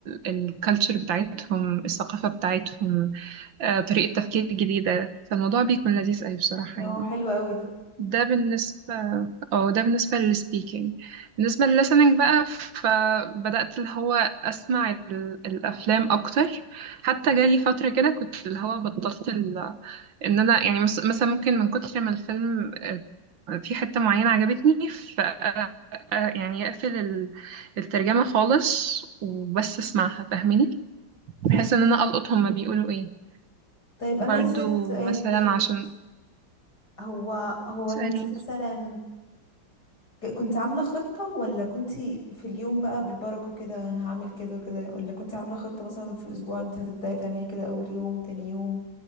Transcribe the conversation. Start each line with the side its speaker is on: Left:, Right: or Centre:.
Right: الكالتشر بتاعتهم الثقافة بتاعتهم آه، طريقة تفكير جديدة فالموضوع بيكون لذيذ قوي بصراحة
Left: اه
Right: يعني
Left: حلو قوي ده
Right: ده بالنسبة اه ده بالنسبة للسبيكينج بالنسبة للlistening بقى فبدأت اللي هو أسمع ال- الأفلام أكتر حتى جالي فترة كده كنت اللي هو بطلت ال... إن أنا يعني مس- مثلا ممكن من كتر ما الفيلم آه، في حتة معينة عجبتني ف آه، آه، يعني أقفل ال- الترجمة خالص وبس أسمعها فاهميني
Left: فهماكي
Right: بحيث إن أنا ألقط هما بيقولوا إيه
Left: طيب انا
Right: برضو
Left: عايزة اسألك سؤال
Right: مثلا
Left: تاني
Right: عشان
Left: معلش هو هو
Right: تسألني
Left: انت مثلا ك- كنت عاملة خطة ولا كنت في اليوم بقى بالبركة كده انا هعمل كده وكده ولا كنت عاملة خطة مثلا في الاسبوع انت هتبدأي تعملي كده اول يوم تاني يوم